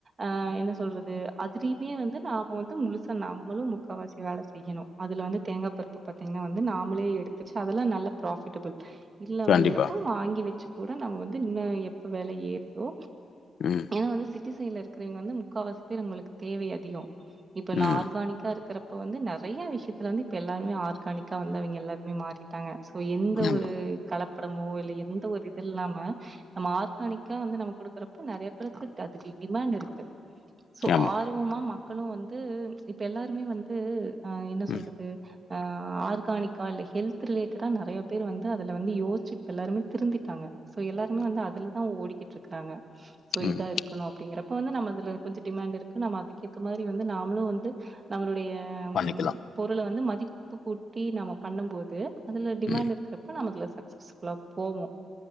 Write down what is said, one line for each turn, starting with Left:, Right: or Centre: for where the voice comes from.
Right: ஆஹ் என்ன சொல்றது அதுலயுமே வந்து நாம வந்து முழுச நம்மளும் முக்கால்வாசி வேலை செய்யணும் அதுல வந்து தேங்காய் பருப்பு பார்த்தீங்கன்னா வந்து நாம நம்மலே எடுச்சு அதொம் நல்ல ப்ராபிடபிள் இல்ல அப்படிங்கறப்போ
Left: கண்டிப்பா.
Right: வாங்கி வச்சு கூட நம்ம வந்து இன்னு எப்ப வெலை ஏறுதோ
Left: ம்,
Right: ஏன்னா வந்துச்சு குட்டி சைல இருக்கிறவங்க வந்து முக்காவாசி பேர் உங்களுக்கு தேவை அதிகம் இப்ப நான்
Left: ம்.
Right: ஆர்கானிக்கா இருக்கிற இப்ப வந்து நிறைய விஷயத்துல வந்து இப்ப எல்லாருமே ஆர்கானிக்கா வந்தவைங்க எல்லாருக்குமே மாறிட்டாங்க எந்த
Left: ஆமா,
Right: ஒரு கல ப் அப்புறமோ இல்ல எந்த ஒரு இது இல்லாம நம்ம ஆர்கானிக்கா வந்து நம்ம கொடுக்குறப்ப நிறைய பேருக்கு அதுக்கு டிமாண்ட் இருக்கு சோ
Left: ஆமா.
Right: ஆர்வமா மக் மக்களும் வந்து பச் இப்போ எல்லாருமே வந்து ஆஹா என்ன சொல்றது
Left: ம்,
Right: ஆஹா ஆர்கானிக் கால்ல ஹெல்த ரிலேட்டடா நிறைய பேர் வந்து அதுல வந்து யோச்சு இப்ப எல்லாருமே திருந்தட்டாங்க சோ எல்லாருமே வந்து அதுல தான் ஓடிக்கிட்டு இருக்கறாங்க சோ
Left: ம்.
Right: இதா இருக்கணும் அப்படிங்கற இப்ப வந்து நம்ம அதுல கொஞ்சம் டிமாண்ட் இருக்கு நம்ம அதுக்க ஏத்த மாதிரி வந்து நாமளும் வந்து நம்மளுடைய ஆம்
Left: பண்ணிக்கலாம்.
Right: பொருளை வந்து மத்த மதிப்பு கூட்டி நம்ம பண்ணும்போது அதுல டிமாண்ட்
Left: ம்,
Right: இருறப்ப நமக்கு ல கஸ்கல்லா போவோம்